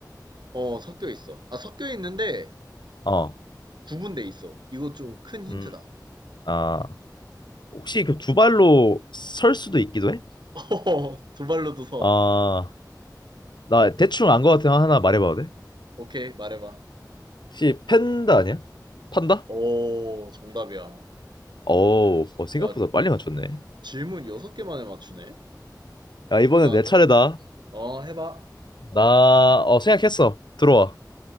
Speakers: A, on the right; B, on the left.
A: 어 섞여 있어. 아 섞여 있는데
B: 어,
A: 구분돼 있어. 이거 좀 큰 힌트다.
B: 음, 아, 혹시 그 두 발로 설 수도 있기도 해?
A: <laughs> 어허허, 두 발로도 서.
B: 아, 나 대충 안 것같은 하나 말해봐도 돼?
A: 오케이 말해봐.
B: 혹시 팬다 아니야? 판다?
A: 오 정답이야.
B: 오, 어, 생각보다
A: 야
B: 빨리 맞췄네.
A: 질문 여섯 개 만에 맞추네.
B: 야, 이번엔
A: 대단한데?
B: 내 차례다.
A: 어 해봐.
B: 나, 어, 생각했어. 들어와.